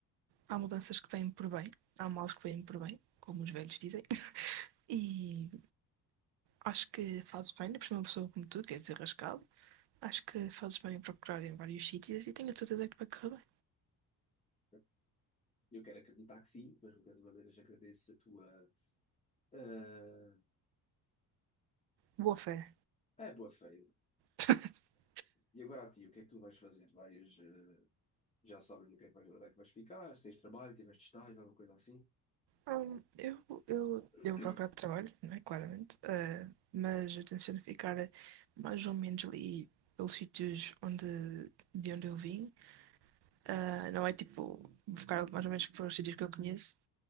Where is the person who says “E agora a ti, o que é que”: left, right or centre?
Left